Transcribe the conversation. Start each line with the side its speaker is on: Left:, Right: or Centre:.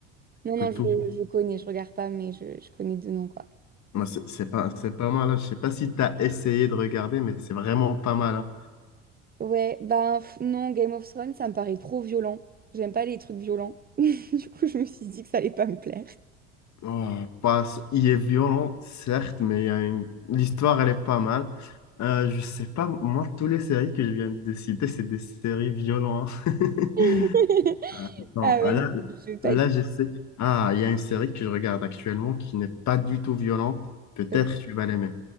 Right: Non,
Left: que
Right: non,
Left: tout.
Right: je, je connais, je regarde pas, mais je, je connais de nom, quoi.
Left: Moi, c'est c'est pas, c'est pas mal. hein. Je sais pas si tu as essayé de regarder, mais c'est vraiment pas mal. hein.
Right: Ouais, ben pff, non, Game of Thrones, ça me paraît trop violent. J'aime pas les trucs violents. <laughs> Du coup, je me suis dit que ça allait pas me plaire.
Left: Oh, pas- il est violent, certes, mais il y a une- l'histoire, elle est pas mal. Euh, je sais pas, moi, toutes les séries que je viens de citer, c'est des séries violentes. hein. <laughs>
Right: <laughs>
Left: Euh, Non,
Right: Ah ouais,
Left: là,
Right: non, je vais pas
Left: là,
Right: être...
Left: je sais. Ah, il y a une série que je regarde actuellement qui n'est pas du tout violente. Peut-être
Right: Euh,
Left: tu vas l'aimer.